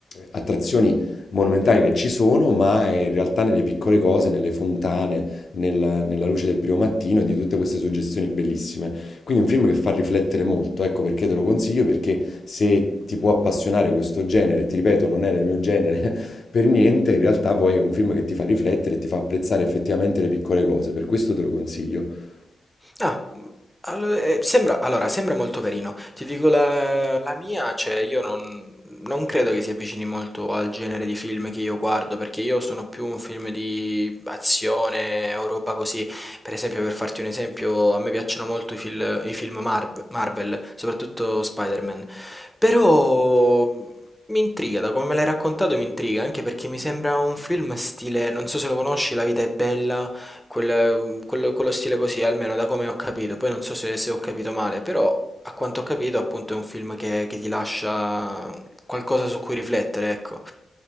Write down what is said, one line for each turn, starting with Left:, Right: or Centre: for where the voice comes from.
Left: attrazioni monumentali che ci sono, ma in realtà nelle piccole cose, nelle fontane, nella, nella luce del primo mattino e di tutte queste suggestioni bellissime. Quindi è un film che fa riflettere molto, ecco perché te lo consiglio, perché se ti può appassionare questo genere, ti ripeto, non era il mio genere <laughs> per niente, in realtà poi è un film che ti fa riflettere e ti fa apprezzare effettivamente le piccole cose, per questo te lo consiglio.
Centre: Ah, mhmm, allo ehm, sembra allora, sembra molto carino. Ti dico la la mia, cioè io non non credo che si avvicini molto al genere di film che io guardo, perché io sono più un film di azione o roba così. Per esempio, per farti un esempio, a me piacciono molto i fil i film Marv Marvel, soprattutto Spider-Man. Però, mhmm, mi intriga, da come me l'hai raccontato mi intriga, anche perché mi sembra un film stile non so se lo conosci, La vita è bella Quel- quello, quello stile così, almeno da come ho capito. Poi non so se, se ho capito male, però a quanto ho capito, appunto, è un film che, che ti lascia qualcosa su cui riflettere, ecco.